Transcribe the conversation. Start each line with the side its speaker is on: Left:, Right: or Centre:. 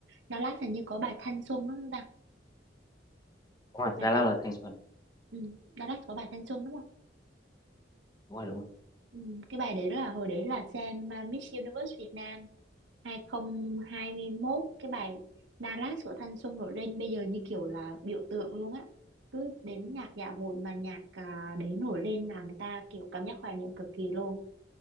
Right: Dallas hình như có bài Thanh Xuân đúng không ta?
Left: rồi
Right: Bài
Left: Đà Lạt
Right: Thanh
Left: là thanh xuân
Right: ừ. Dallas có bài Thanh Xuân đúng không?
Left: đúng rồi đúng rồi
Right: Ừ. Cái bài đấy là hồi đấy là xem uh, Miss Universe Việt Nam hai hai không hai mốt cái bài Dallas của thanh xuân nổi lên bây giờ như kiểu là biểu tượng luôn á cứ đến nhạc dạ hội mà nhạc à, đấy nổi lên là người ta kiểu cảm giác hoài niệm cực kỳ luôn